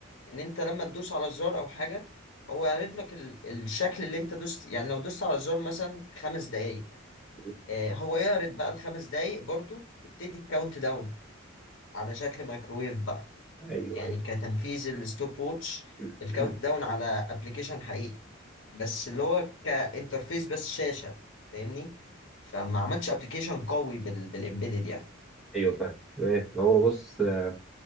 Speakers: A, on the left; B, in the centre.
A: ان انت لما تدوس على زرار او حاجة هو يعرض لك ال- الشكل اللي انت دوست يعني لو دوست على الزرار مثلا خمس دقايق
B: مم.
A: آه، هو يعرض بقى الخمس دقايق برضو تبتدي الكاونت داون على شكل مايكرويف بقى
B: ايوه
A: يعني
B: ايوه
A: كتنفيذ الستوب ووتش
B: <clears throat>
A: الكاونت داون على ابلكيشن حقيقي بس اللي هو كانترفيس بس شاشة فاهمني فما عملتش ابلكيشن قوي بال بالامبيدد يعني
B: ايوه فاهم تمام هو بص آه،